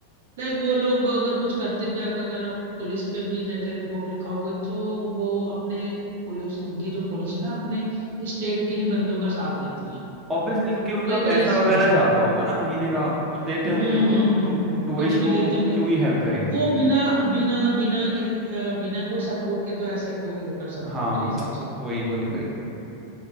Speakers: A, on the right; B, on the right.
A: लाइक वो लोग अगर कुछ करते भी अगर अगर आप पुलिस पे भी जाके रिपोर्ट लिखाओगे तो वो अपने पुलिस उनकी जो पुलिस है ना अपने स्टेट के ही बंदों का साथ देती है
B: ऑब्वियसली क्योंकि उनका
A: लाइक
B: पैसा
A: ये सीन
B: वगैरह
A: है
B: जाता होगा ना महीने का कुछ देते होंगे
A: हम्म
B: वो
A: हम्म
B: लोग
A: हम्म
B: तो वो
A: हम्म
B: टूरिस्ट
A: कुछ
B: को
A: भी देते होंगे
B: क्यों ही हेल्प करेंगे
A: वो
B: वो
A: बिना बिना बिना के अ, बिना कोई सपोर्ट के तो ऐसे कोई नहीं कर सकता
B: हाँ
A: मेरे हिसाब से तो
B: वही वही वही